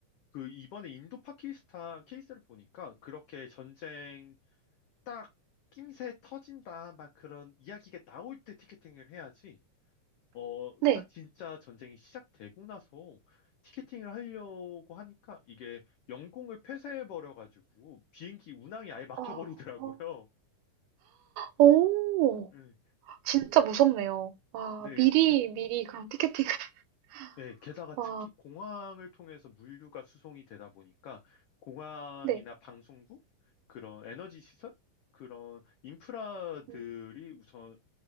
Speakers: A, on the left (about 85°); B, on the right (about 85°).
A: 그 이번에 인도 파키스탄 케이스를 보니까 그렇게 전쟁 딱 낌새 터진다 막 그런 이야기가 나올 때 티켓팅을 해야지 어,
B: 네.
A: 딱 진짜 전쟁이 시작되고 나서 티켓팅을 하려고 하니까 이게 영공을 폐쇄해버려가지고 비행기 운항이 아예 막혀버리더라고요.
B: 어, 오,
A: 네,
B: 진짜 무섭네요. 와,
A: 네,
B: 미리,
A: 그,
B: 미리 그런 티켓팅. <laughs>
A: 네, 게다가
B: 와,
A: 특히 공항을 통해서 물류가 수송이 되다 보니까 공항이나
B: 네.
A: 방송국, 그런 에너지 시설, 그런 인프라들이
B: 음.
A: 우선